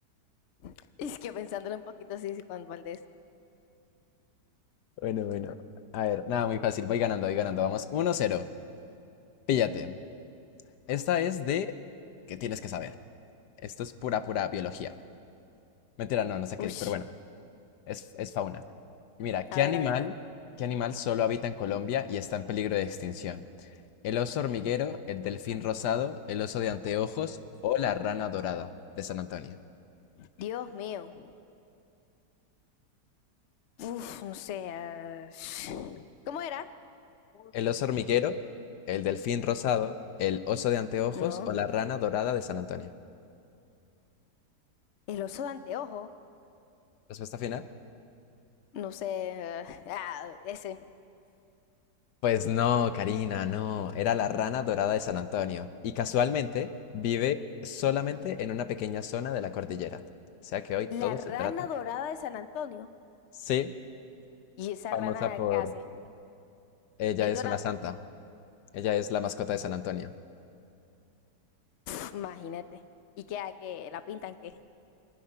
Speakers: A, on the left; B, on the left.
A: <laughs> Es que pensándolo un poquito sí sí, Juan Valdés.
B: Bueno, bueno. A ver, nada, muy fácil. Voy ganando, voy ganando. Vamos, 1-0. Píllate. Esta es de... que tienes que saber? Esto es pura, pura biología. Mentira, no, no sé qué
A: Ush,
B: es, pero bueno, es, es fauna. Mira, ¿qué
A: a ver,
B: animal,
A: a ver, a ver.
B: qué animal solo habita en Colombia y está en peligro de extinción? ¿El oso hormiguero, el delfín rosado, el oso de anteojos o la rana dorada de San Antonio?
A: Dios mío. Uf, no sé. eh, ¿Cómo era?
B: ¿El oso hormiguero, el delfín rosado, el oso de anteojos
A: No.
B: o la rana dorada de San Antonio?
A: El oso de anteojo.
B: Respuesta final.
A: No sé. eh, Ah, ese.
B: Pues no, Karina, no. Era la rana dorada de San Antonio. Y casualmente vive solamente en una pequeña zona de la cordillera. O sea que hoy todo
A: La rana
B: se trata.
A: dorada de San Antonio.
B: Sí,
A: ¿Y esa
B: famosa
A: rana
B: por...
A: qué hace?
B: Ella
A: ¿Es
B: es
A: dorada?
B: una santa. Ella es la mascota de San Antonio.
A: Pf, imagínate. ¿Y qué? ¿A ¿Qué la pintan qué?